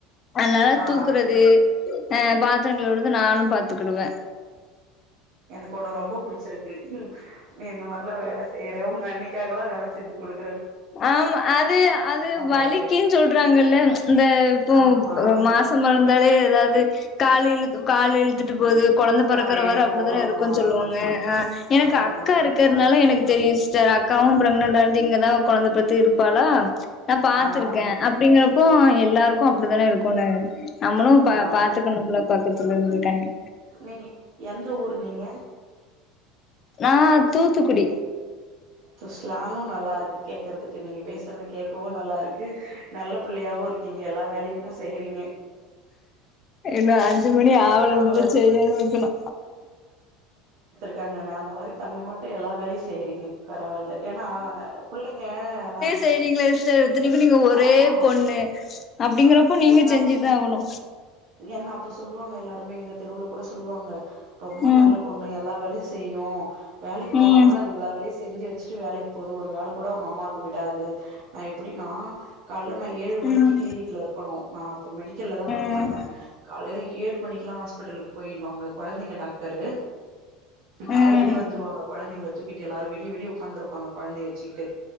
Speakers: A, on the left (about 30°); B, on the right (about 55°).
A: அதுனால
B: ஆ ஆ
A: தூக்குறது அ பாத்தரங்கழுவுறது நானு பாத்துக்குடுவே
B: எனக்கு உண்ண ரொம்ப புடிச்சுருக்கு நீ இந்த மாரிலா வேல செய்யற உங்க அண்ணி க்காகலா வேல செஞ்சு குடுக்
A: ஆமா அது அது வலிக்கின்
B: பாக்க
A: சொல்றாங்கல்ல இந்த இப்போ
B: ஆமா
A: இப்போ மாசமா இருந்தாலே எதாவது கால் இழுத்துக்கு காலு இழுத்துட்டு ட்டு போது கொழந்தை பொறக்கற
B: கால இழுக்கு
A: வர அப்டிதான
B: ஆமா
A: இருக்குன்னு சொல்லுவாங்க ஆ எனக்கு
B: ஆமா
A: அக்கா இருக்கற்னால எனக்கு தெரியு சிஸ்டர் அக்காவும் ப்ரக்னண்டா இருந்து இங்கதா கொழந்த பெத் திருப்பாலா நா பாத்துருக்கே
B: ஆ
A: அப்டிங்குறப்போ எல்லாருக்கு அப்டித்தான இருக்குனு நம்மளு பா
B: ஆ ஆமா
A: பாத்துக்கணும்ல பக்கத்துல இருந்ததுக்காண்டி
B: நீங்க எந்த ஊரு நீங்க
A: நா தூத்துக்குடி
B: சோ ஸ்லாங்கும் நல்லா இருக்கு கேக்குறதுக்கு நீங்க பேசுறது கேட்கவு நல்லா இருக்கு நல்ல புள்ளையாவு இருக்கீங்க எல்லா வேலையுமு செய்றீங்க
A: இன்னு ஆஞ் அஞ்சு மணி ஆவலன்
B: சொல்லுவாங்கல்ல
A: கூட செய்யனு வக்கெணு
B: இருக்கங்கன்னா அந்த மாரி தங்கமாட்ட எல்லா வேலயு செய்யறீங்க பரவால்ல ஏன்னா புள்ளைங்க நா
A: செய்றீங்களா சிஸ்டர் இத்தனிக்கு நீங்க ஒரே
B: ஆமா
A: பொண்ணு அப்டிங்கறப்போ நீங்க
B: என்ன
A: செஞ்சுதா ஆவணு
B: என்ன அப்ப சொல்லுவாங்க எல்லாருமே எங்க தெருவுல கூட சொல்லுவாங்க ரொம்ப
A: ம்
B: நல்ல பொண்ணு எல்லா வேலயு செய்யு வேலக்கு போனா
A: ம்
B: கூட அது எல்லா வேலயு செஞ்சு வச்சு வச்ட்டு வேலக் போது ஒரு வேல கூட உங்க அம்மாவுக்கு விடாது நா எப்புடின்னா கால்ல நா ஏழு மணிக்கி
A: ம்
B: க்ளினிக்ல இருக்கணு நா இப்ப மெடிக்கல்ல தான் ஒர்க்
A: ம்
B: பண்ணேன் காலையில ஏழு மணிக்குல்லா ஹாஸ்பெட்டலுக்கு போய்னு அங்க கொழந்தைங்க டாக்டரு
A: ம் ம்
B: காலயிலே வந்துருவாங்க கொழந்தைங்கள தூக்கிட்டு எல்லாரு விடிய விடிய உக்காந்துருப்பாங்க கொழந்தைய வச்சுக்கிட்டு